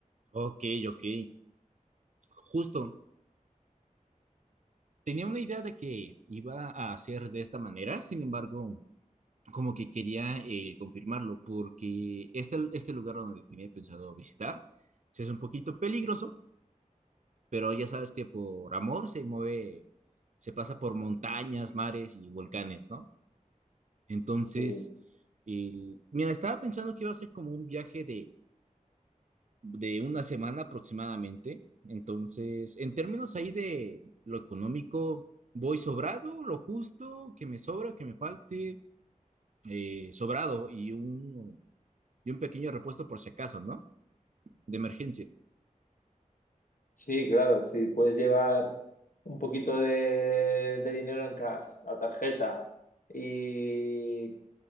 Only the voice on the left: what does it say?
Sí.
Sí, claro, Si puedes llevar un poquito de, de dinero en cash, la tarjeta y,